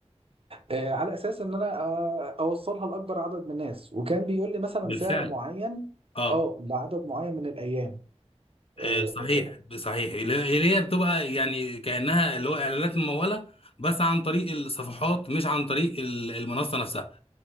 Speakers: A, on the right; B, on the left.
A: آه، على اساس ان انا آه، اوصلها لاكبر عدد من الناس وكان بيقول لي مثلا
B: بالفعل
A: سعر معين
B: اه
A: اه لعدد معين من الايام آه،
B: آه، صحيح
A: آه،
B: صحيح اللي اللي هي بتبقى يعني كأنها اللي هو اعلانات ممولة بس عن طريق الصفحات مش عن طريق ال- المنصة نفسها